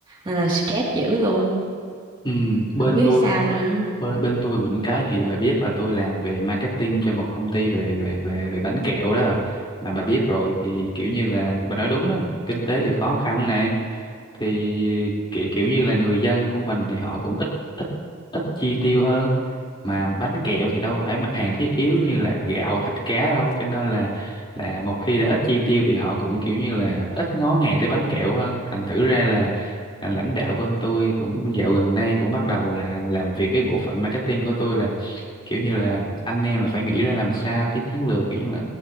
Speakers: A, on the right; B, on the left.
A: Nên là stress dữ luôn,
B: ừ, bên
A: không biết
B: tôi
A: sao nữa.
B: bên bên tôi bị những cái thì bà biết là tôi làm về marketing cho một công ty về về về về bánh kẹo đó mà bà biết rồi thì kiểu như là bà nói đúng đó kinh tế thì khó khăn này thì kiểu kiểu như là người dân của mình thì họ cũng ít ít ít chi tiêu hơn mà bánh kẹo thì đâu phải mặt hàng thiết yếu như là gạo thịt cá đâu cho nên là là một khi đã ít chi tiêu thì họ cũng kiểu như là ít ngó ngàng tới bánh kẹo hơn thành thử ra là à, lãnh đạo bên tôi cũng dạo gần đây cũng bắt đầu là làm việc với bộ phận marketing của tôi là kiểu như là anh em là phải nghĩ ra làm sao cái chiến lược kiểu như là